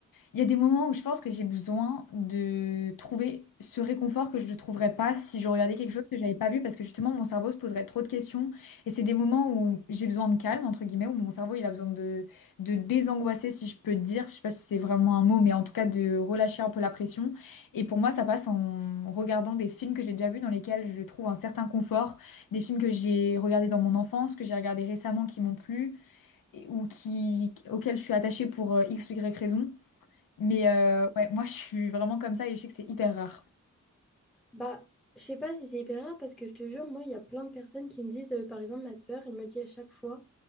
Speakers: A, on the left; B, in the centre.
A: il y a des moments où je pense que j'ai besoin de trouver ce réconfort que je ne trouverais pas si je regardais quelque chose que j'avais pas vu parce que justement mon cerveau se poserait trop de questions et c'est des moments où j'ai besoin de calme entre guillemets où mon cerveau il a besoin de de désangoisser si je peux te dire je sais pas si c'est vraiment un mot mais en tout cas de relâcher un peu la pression et pour moi ça passe en regardant des films que j'ai déjà vus dans lesquels je trouve un certain confort des films que j'ai regardés dans mon enfance que j'ai regardés récemment qui m'ont plu et- ou qui auxquels je suis attachée pour euh, X ou Y raison mais euh, ouais, moi je suis vraiment comme ça et je sais que c'est hyper rare.
B: Bah, je sais pas si c'est hyper rare parce que je te jure, moi, il y a plein de personnes qui me disent, euh, par exemple, ma sœur, elle me dit à chaque fois,